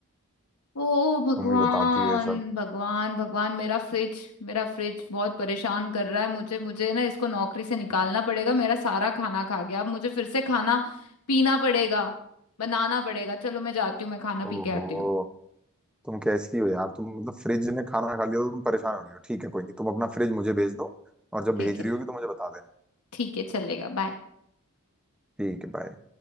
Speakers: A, on the left; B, in the centre.
A: तो ओ भगवान
B: तुम ही बताती हो ये सब
A: भगवान भगवान मेरा फ्रिज मेरा फ्रिज बहुत परेशान कर रहा है मुझे मुझे ना इसको नौकरी से निकालना पड़ेगा मेरा सारा खाना खा गया अब मुझे फिर से खाना पीना पड़ेगा बनाना पड़ेगा चलो मैं जाती हूँ मैं खाना पी
B: ओहो
A: के आती हूँ
B: तुम कैसी हो यार तुम मतलब फ्रिज ने खाना खा लिया तो तुम परेशान हो रही हो ठीक है कोई नहीं तुम अपना फ्रिज मुझे भेज दो और जब
A: ठीक
B: भेज
A: है
B: रही होगी तो मुझे बता देना
A: ठीक है चलेगा बाय
B: ठीक है बाय